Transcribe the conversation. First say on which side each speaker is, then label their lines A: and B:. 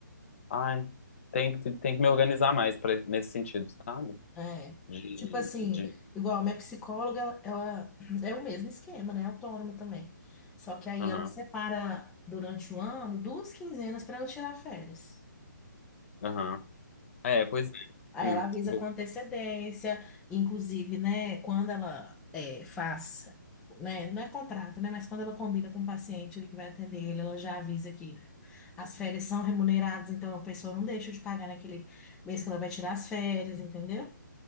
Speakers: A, on the left; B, in the centre.
A: Ai, tem que, tem que me organizar mais pra, nesse sentido, sabe?
B: É.
A: De,
B: Tipo assim,
A: de,
B: igual minha psicóloga, ela, ela- é o mesmo esquema, né? Autônoma também. Só que aí
A: aham,
B: ela separa durante o ano duas quinzenas para eu tirar férias.
A: aham. É, pois é.
B: Aí
A: Hum,
B: ela avisa
A: vou-
B: com antecedência, inclusive, né, quando ela é, faz, né, não é contrato, né, mas quando ela combina com o paciente ele que vai atender ele, ela já avisa que as férias são remuneradas, então a pessoa não deixa de pagar naquele mês que ela vai tirar as férias, entendeu?